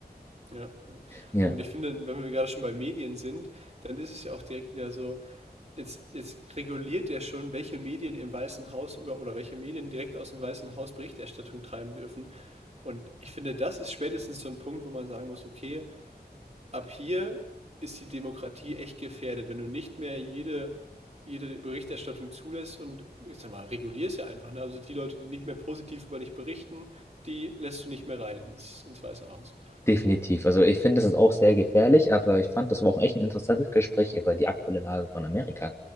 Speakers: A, on the right; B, on the left.
A: Ja, ja.
B: Ja.
A: Und ich finde, wenn wir gerade schon bei Medien sind, dann ist es ja auch direkt wieder so, jetzt, jetzt reguliert er schon, welche Medien im Weißen Haus über oder welche Medien direkt aus dem Weißen Haus Berichterstattung treiben dürfen. Und ich finde, das ist spätestens so ein Punkt, wo man sagen muss, okay, ab hier ist die Demokratie echt gefährdet, wenn du nicht mehr jede, jede Berichterstattung zulässt und, ich sag mal, regulierst ja einfach, ne? Also die Leute, die nicht mehr positiv über dich berichten, die lässt du nicht mehr rein ins, ins Weiße Haus.
B: Definitiv. Also ich finde, das ist auch sehr gefährlich, aber ich fand, das war auch echt ein interessantes Gespräch über die aktuelle Lage von Amerika.